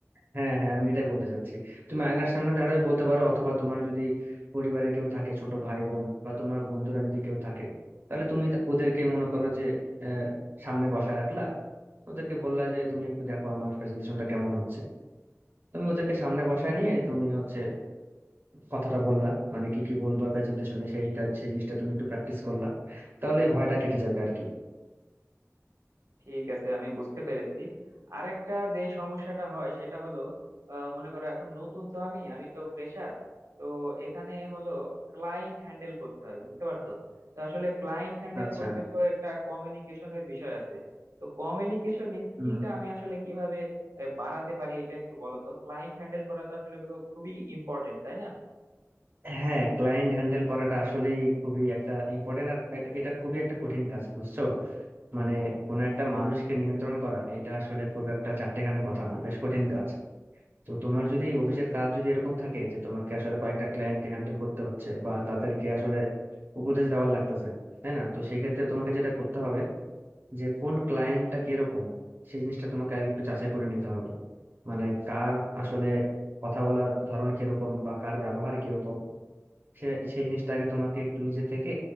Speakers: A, on the right (about 40°); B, on the right (about 75°).
A: হ্যাঁ হ্যাঁ আমি এটাই বলতে চাচ্ছি তুমি আয়নার সামনে দাঁড়িয়ে বলতে পারো অথবা তোমার যদি পরিবারে কেউ থাকে ছোট ভাই বোন বা তোমার বন্ধুরা যদি কেউ থাকে তাহলে তুমি তা- ওদেরকে মনে করো যে আহ, সামনে বসায় রাখলা ওদেরকে বললা যে তুমি একটু দেখো আমার প্রেজেন্টেশনটা কেমন হচ্ছে তুমি ওদেরকে সামনে বসায় নিয়ে তুমি হচ্ছে কথাটা বললা মানে কি কি বলবা প্রেজেন্টেশনে সেইটা সেই জিনিসটা তুমি একটু প্র্যাকটিস করলা তাহলে ভয়টা কেটে যাবে আর কি
B: ঠিক আছে আমি বুঝতে পেরেছি আর একটা যে সমস্যাটা হয় সেটা হলো আহ, মনে করো এখন নতুন তো আমি আমি তো ফ্রেশার তো এখানে হলো ক্লায়েন্ট হ্যান্ডেল করতে হয় বুঝতে পারছো তো আসলে ক্লায়েন্ট হ্যান্ডেল
A: আচ্ছা
B: করতে তো একটা কমিউনিকেশনের বিষয় আছে তো কমিউনিকেশন স্কিলটা
A: হুম
B: আমি আসলে কিভাবে আহ, বাড়াতে পারি এটা একটু বলো তো ক্লায়েন্ট হ্যান্ডেল করা তো আসলে তো খুবই ইম্পর্টেন্ট তাই না
A: হ্যাঁ ক্লায়েন্ট হ্যান্ডেল করাটা আসলেই খুবই একটা ইম্পর্টেন্ট আর একটা- এটা খুবই একটা কঠিন কাজ বুঝছো মানে কোনো একটা মানুষকে নিয়ন্ত্রণ করা এটা আসলে খুব একটা চারটেখানি কথা না বেশ কঠিন কাজ তো তোমার যদি অফিসের কাজ যদি এরকম থাকে যে তোমাকে আসলে কয়েকটা ক্লায়েন্টকে হ্যান্ডেল করতে হচ্ছে বা তাদেরকে আসলে উপদেশ দেওয়ার লাগতেছে তাই না তো সেই ক্ষেত্রে তোমাকে যেটা করতে হবে যে কোন ক্লায়েন্টটা কিরকম সেই জিনিসটা তোমাকে আগে একটু যাচাই করে নিতে হবে মানে কার আসলে কথা বলার ধরন কিরকম বা কার ব্যবহার কিরকম সে সেই জিনিসটা আগে তোমাকে একটু নিজে থেকে